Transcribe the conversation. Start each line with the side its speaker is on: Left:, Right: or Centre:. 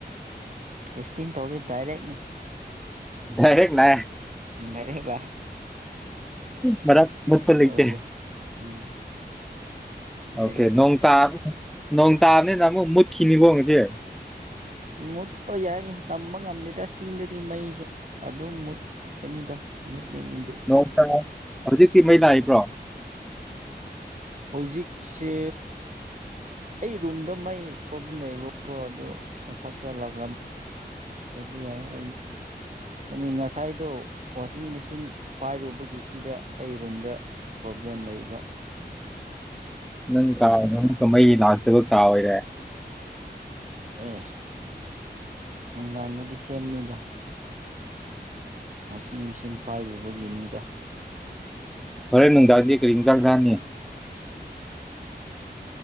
Right: ꯇꯦꯁꯇꯤꯡ ꯇꯧꯗꯤ ꯗꯥꯏꯔꯦꯛꯅꯤ
Centre: ꯍꯦꯛ ꯅ
Right: ꯦꯔꯂ
Centre: ꯃꯔꯛ ꯃꯨꯠꯄ
Right: ꯏꯁ
Centre: ꯂꯩꯇꯦ
Right: ꯇꯧꯗꯦ ꯎꯝ
Centre: ꯑꯣꯀꯦ
Right: ꯦꯔꯒ
Centre: ꯅꯣꯡ ꯇꯥꯕ ꯅꯣꯡ ꯇꯥꯕꯅꯦ ꯅꯪꯃꯨ ꯃꯨꯠꯈꯤꯅꯤꯕꯣꯁꯦ
Right: ꯃꯨꯠꯄ ꯌꯥꯏ ꯇꯝꯕ ꯉꯝꯗꯦꯗ ꯆꯤꯡꯗꯗꯤ ꯃꯩꯁꯦ ꯑꯗꯨꯝ ꯃꯨꯠ ꯀꯅꯤꯗꯗꯦ
Centre: ꯅꯣꯡ ꯇꯥ ꯍꯧꯖꯤꯛꯇꯤ ꯃꯩ ꯂꯏꯕ꯭ꯔꯣ
Right: ꯍꯧꯖꯤꯛꯁꯦ ꯑꯩ ꯔꯨꯝꯗꯣ ꯃꯥꯏ ꯄ꯭ꯔꯣꯕ꯭ꯂꯦꯝ ꯂꯩꯌꯦꯕꯀꯣ ꯑꯗꯣ ꯃꯊꯛꯇ ꯂꯥꯛ ꯔꯩꯁꯤ ꯑꯗꯨ ꯉꯁꯥꯏꯗꯣ ꯋꯥꯁꯤꯡ ꯃꯦꯆꯤꯟ ꯄꯥꯏꯔꯨꯕꯒꯤꯁꯤ ꯁꯤꯗ ꯑꯩ ꯔꯨꯝꯗ ꯄ꯭ꯔꯣꯕ꯭ꯂꯦꯝ ꯂꯩꯕ
Centre: ꯅꯪ ꯀꯥ ꯑꯃꯨꯛꯀ ꯃꯩ ꯂꯥꯛꯇꯕ ꯀꯥ ꯑꯣꯏꯔꯦ
Right: ꯑꯦ ꯅꯨꯡꯗꯥꯡꯗꯨꯗꯤ ꯁꯦꯝꯅꯤꯗ ꯋꯥꯁꯤꯡ ꯃꯦꯆꯤꯟ ꯄꯥꯏꯔꯨꯕꯒꯤꯅꯤꯗ
Centre: ꯍꯣꯔꯦ ꯅꯨꯡꯗꯥꯡꯗꯤ ꯀꯔꯤꯡ ꯆꯠꯈ꯭ꯔꯥꯅꯤ